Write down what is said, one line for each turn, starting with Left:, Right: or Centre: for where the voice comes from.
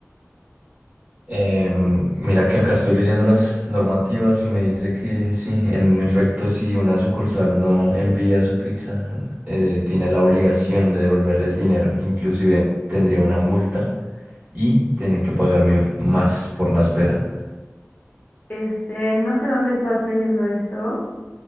Right: Em, mira que acá estoy leyendo las normativas y me dice que sí, en efecto, si una sucursal no envía su pizza, eh, tiene la obligación de devolver el dinero. Inclusive tendría una multa y tiene que pagarme más por la espera.
Left: Este, no sé dónde estás leyendo esto.